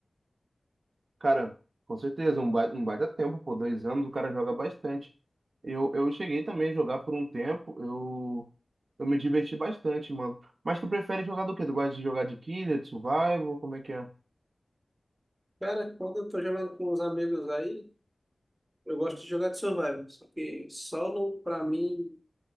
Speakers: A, on the right; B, on the right.
A: Cara, com certeza, um baita, um baita tempo, por dois anos o cara joga bastante. Eu, eu cheguei também a jogar por um tempo, eu, eu me diverti bastante, mano. Mas tu prefere jogar do quê? Tu gosta de jogar de killer, de survival, como é que é?
B: Cara, quando eu tô jogando com os amigos aí, eu gosto de jogar de survival, só que solo, pra mim,